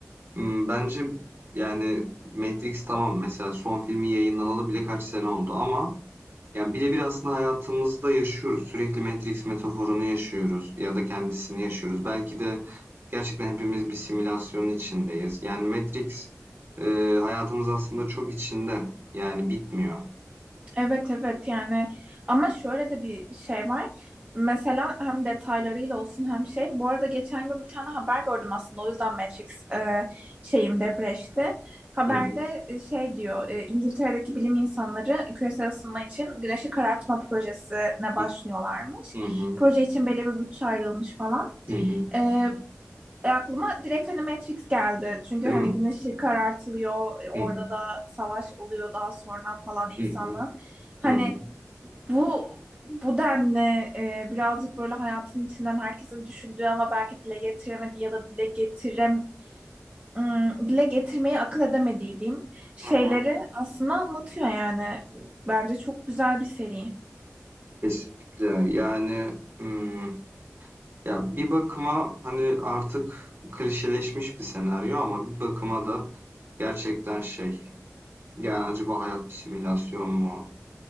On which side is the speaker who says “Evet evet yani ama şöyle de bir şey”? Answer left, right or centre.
Right